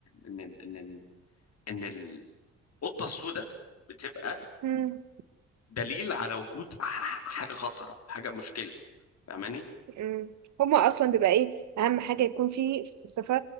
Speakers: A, on the left; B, on the right.
A: ان ان, إن, إن القطه السوداء بتبقى
B: فهمت
A: دليل على وجود ح- حاجه خطره او حاجه مشكله فاهماني
B: إمم. هُم أصلًا بيبقى إيه، أهم حاجة يكون في في الفلسفة